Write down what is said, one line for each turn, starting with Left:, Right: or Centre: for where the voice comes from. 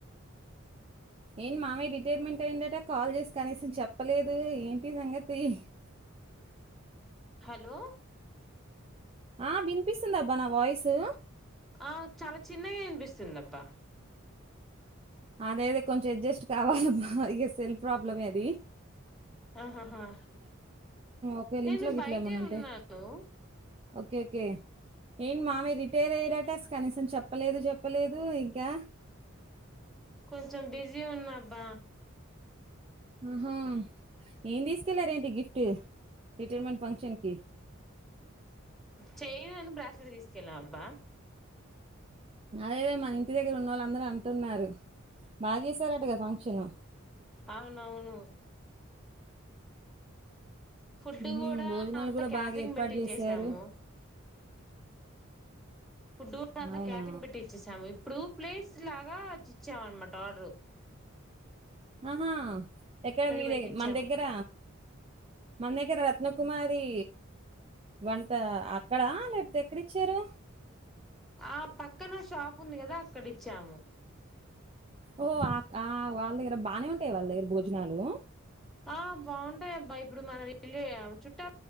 Right: ఏం మామ్య రిటైర్మెంట్ అయిందట కాల్ చేసి కనీసం చెప్పలేదు ఏంటి సంగతి నో సౌండ్
Centre: హలో
Right: ఆ వినిపిస్తుంది అబ్బా నా వాయిసు
Centre: ఆ చాలా చిన్నగా అనిపిస్తుందిబ్బా
Right: అద అతే కొంచెం అడ్జస్ట్ కావాలి ఎ సెల్ఫ్ ప్రాబ్లం ఏది
Centre: ఆహాహా
Right: ఒకవేళ
Centre: నేను
Right: ఇంట్లో గిట్లా
Centre: బయటే
Right: ఏమైనా ఉంటే
Centre: ఉన్నాను
Right: ఓకే ఏంటి మామ రిటైర్ అయ్యడట కనీసం చెప్పలేదు చెప్పలేదు ఇంకా నో సౌండ్
Centre: కొంచెం బిజీ ఉన్నాబ్బా
Right: ఆహా ఏం తీసుకెళ్లార ఏంటి గిఫ్ట్ రిటైర్మెంట్ ఫంక్షన్ కి
Centre: చైను బ్రాస్లెట్ తీసుకెళ్ళ అబ్బా
Right: అదే మన ఇంటి దగ్గర ఉన్నోళ్లు అందరూ అంటున్నారు బాగా చేశారట గాద ఫంక్షను
Centre: అవునవును ఫుడ్
Right: ఉహుం,
Centre: కూడా
Right: భోజనాలు
Centre: అంతా
Right: కూడా
Centre: క్యాటరింగ్
Right: బాగా ఏర్పాటు
Centre: పెట్టిచ్చసాము
Right: చేశారు
Centre: ఫుడ్ కూడా అంతా
Right: అవునా
Centre: క్యాటరింగ్ పెట్టి ఇచ్చేసాము ఇప్పుడు ప్లేస్ లాగ ఇచ్చాం అనమాట ఆర్డరు
Right: ఆహా ఎక్కడ మీ
Centre: పెట్టిచ్చాము
Right: దగ మన దగ్గర మన దగ్గర రత్నకుమారి వంట అక్కడా లేకపోతే ఎక్కడిచ్చారు
Centre: ఆ పక్కన షాప్ ఉంది కదా అక్కడ ఇచ్చాము
Right: ఓ ఆ ఆ వాళ్ళ దగ్గర బానే ఉంటాయి వాళ్ళ దగ్గర భోజనాలు
Centre: ఆ బాగుంటాయి అబ్బా ఇప్పుడు మనం వెళ్ళ చుట్టా